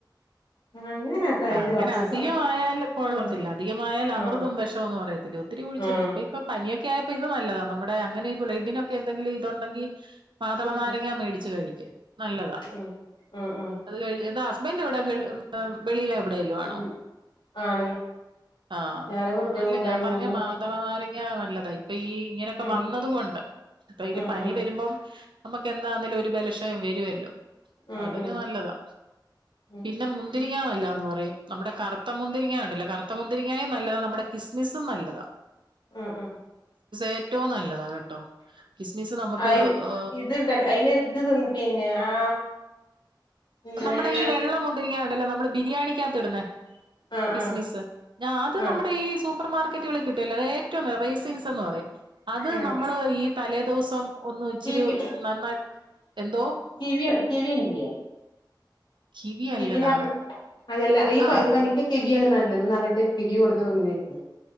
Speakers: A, on the left; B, on the right.
A: അങ്ങനൊക്കെ
B: ആ
A: ആയിട്ട്
B: അങ്ങനെ
A: കൊറച്ചീസം
B: അധികമായാൽ കൊള്ളത്തില്ല
A: ആഹ്
B: അധികമായാൽ അമൃതം
A: ആഹ്
B: വെഷോന്ന് പറയത്തില്ലേ ഒത്തിരി കുഴിച്ച
A: ആഹ്
B: ല ഇപ്പ ഇപ്പൊ പനിയൊക്കെ ആയപ്പോ ഇത് നല്ലതാ നമ്മുടെ അങ്ങനെ ബ്ലഡ്‌ നൊക്കെ എന്തെങ്കിലും ഇതുണ്ടെങ്കിൽ. മാതള
A: ഉം
B: നാരങ്ങ മേടിച്ചു കഴിക് നല്ലതാ
A: ഉം ഉം ഉം
B: അത് ക <unintelligible> <unintelligible> ന്റെ എവിടെ വെളിയില എവിടെലും ആണോ?
A: ഉം ആണ്
B: ആഹ
A: ഞാനും
B: അ
A: കുട്ടികളും
B: അല്ല
A: ഉണ്ടായിന്നൊള്ളു
B: ഞാൻ പറഞ്ഞ മാതള നാരങ്ങ നല്ലത് ഇപ്പൊ ഈ ഇങ്ങനെയൊക്കെ
A: ഉം
B: വന്നത
A: ഉം
B: കൊണ്ട് ഇപ്പൊ ഇര്
A: ഉം
B: പനി
A: ഉം
B: വരുമ്പം നമുക്ക് എന്താണേലും ഒരു ബലശയം വരുല്ലോ
A: ഉം
B: അതിന്
A: ഉം
B: നല്ലതാ
A: ഉം
B: പിന്നെ മുന്തി ന്തിരിങ്ങ നല്ലാന്ന് പറയും നമ്മുടെ കറുത്ത മുന്തിരിങ്ങ ഉണ്ടല്ലോ കറുത്ത മുന്തിരിങ്ങും നല്ലതാ നമ്മുടെ കിസ്മിസും നല്ലതാ.
A: ഉംഉം.
B: ഏറ്റവും നല്ലതാ കേട്ടോ കിസ്സ് മിസ് നമുക്ക്
A: അയിന്
B: ഓ.
A: ഇത്ണ്ടല്ലോ അയിന് ഇത് തിന്ന് പിന്നെ ആ എന്താണ്
B: നമ്മുടെ ഈ വെള്ള മുന്തിരി രിങ്ങാണ്ടല്ലേ നമ്മള് ബിരിയാണിക്കകത്തി ഇടുന്നേ.
A: ആഹ്
B: കിസ്മിസ്
A: ആഹ്
B: ഞാൻ അത്
A: ആഹ്
B: നമ്മുടെ ഈ സൂപ്പർ മാർക്കറ്റുകൾ കിട്ടുവല്ലോ ഏറ്റോം രസിൻസ് പറയും അത്
A: ആഹ്
B: നമ്മള് ഈ തലേദിവസം ഒന്ന ഇച്ചിരി
A: കിവി
B: നന്നായി എന്തോ.
A: Kiwi kiwi. <unintelligible>
B: കിവി അല്ലടാ
A: കിവിന്നർഞ്ഞ അതെല്ല
B: ആ
A: ഈ പനിക്ക് കിവി. വ്യാണ് നല്ലതന് പറഞ്ഞിട്ട് കിവി കൊട്ന്ന് തിന്നിര്ന്ന്.